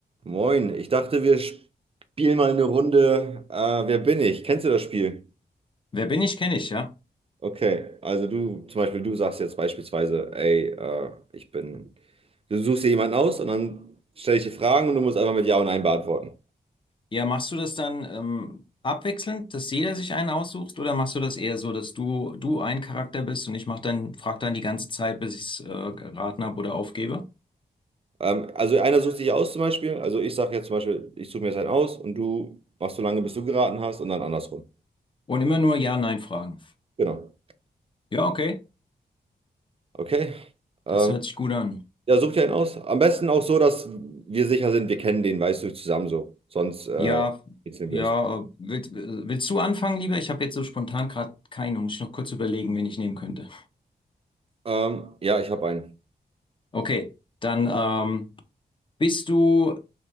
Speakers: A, on the right; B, on the left.
A: Moin, ich dachte, wir spielen mal eine Runde. Äh, wer bin ich? Kennst du das Spiel?
B: Wer bin ich, kenne ich, ja.
A: Okay, also du, zum Beispiel, du sagst jetzt beispielsweise, ey, äh, ich bin. Du suchst dir jemanden aus und dann stelle ich dir Fragen und du musst einfach mit Ja und Nein beantworten.
B: Ja, machst du das dann ähm, abwechselnd, dass jeder sich einen aussucht, oder machst du das eher so, dass du du ein Charakter bist und ich mach dann frag dann die ganze Zeit, bis ich's äh, geraten habe oder aufgebe?
A: Ähm, also einer sucht sich aus zum Beispiel. Also ich sage jetzt zum Beispiel, ich suche mir jetzt einen aus und du machst so lange, bis du geraten hast und dann andersrum.
B: Und immer nur Ja-Nein fragen.
A: Genau.
B: Ja, okay,
A: Okay. Ähm,
B: das hört sich gut an.
A: ja, such dir einen aus. Am besten auch so, dass wir sicher sind, wir kennen den, weißt du, zusammen so. Sonst äh,
B: Ja,
A: kitzeln
B: ja,
A: wir uns.
B: äh, willst, äh, willst du anfangen, lieber? Ich habe jetzt so spontan gerade keinen. muss ich noch kurz überlegen, wen ich nehmen könnte.
A: Ähm, ja, ich habe einen.
B: Okay, dann ähm, bist du